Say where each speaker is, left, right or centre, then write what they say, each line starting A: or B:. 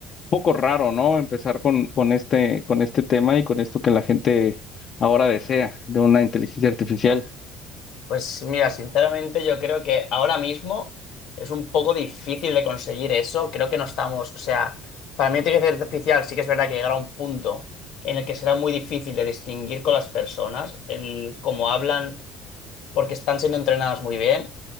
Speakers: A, on the left; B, on the left.
A: poco raro, ¿no? Empezar con, con este, con este tema y con esto que la gente ahora desea de una inteligencia artificial.
B: Pues mira, sinceramente yo creo que ahora mismo es un poco difícil de conseguir eso. Creo que no estamos, o sea, para mí la inteligencia artificial sí que es verdad que llegará a un punto en el que será muy difícil de distinguir con las personas, el cómo hablan, porque están siendo entrenadas muy bien.